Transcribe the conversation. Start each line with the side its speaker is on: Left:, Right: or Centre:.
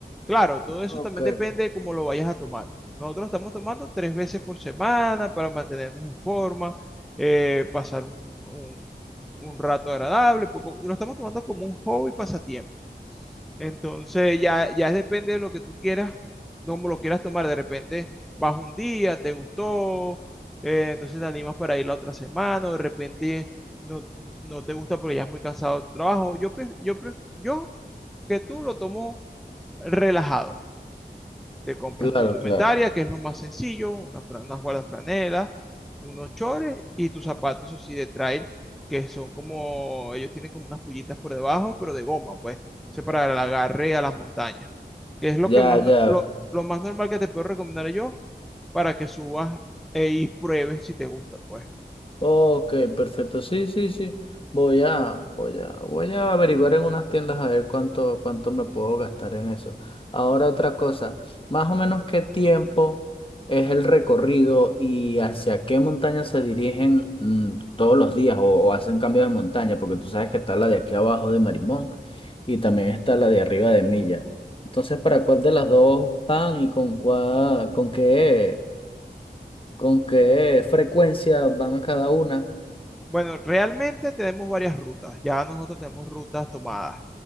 Centre: claro, todo eso
Left: Ok,
Centre: también depende de cómo lo vayas a tomar. Nosotros estamos tomando tres veces por semana para mantenernos en forma, eh, pasar un, un- un rato agradable, poco- y lo estamos tomando como un hobby pasatiempo. Entonces ya, ya depende de lo que tú quieras, cómo lo quieras tomar. De repente vas un día, te gustó, eh, entonces te animas para ir la otra semana, o de repente no, no te gusta porque ya es muy cansado tu trabajo. Yo, pre- yo, pre- yo que tú lo tomo relajado te compras
Left: claro,
Centre: tu indumentaria,
Left: claro.
Centre: que es lo más sencillo, una fra- unas una guardafranelas, unos chores y tus zapatos, eso sí, de trail, que son como, ellos tienen como unas pullitas por debajo, pero de goma, pues, eso para el agarre a las montañas, que es lo
Left: Ya,
Centre: que más,
Left: ya.
Centre: no- lo, lo más normal que te puedo recomendar yo para que subas eh, y pruebes si te gusta, pues.
Left: Ok, perfecto. Sí, sí, sí. Voy a, voy a, voy a averiguar en unas tiendas a ver cuánto, cuánto me puedo gastar en eso. Ahora otra cosa, más o menos qué tiempo es el recorrido y hacia qué montaña se dirigen mm, todos los días o, o hacen cambios de montaña, porque tú sabes que está la de aquí abajo de Marimón y también está la de arriba de Milla. Entonces, ¿para cuál de las dos van y con cuál, con qué, con qué frecuencia van a cada una?
Centre: Bueno, realmente tenemos varias rutas, ya nosotros tenemos rutas tomadas.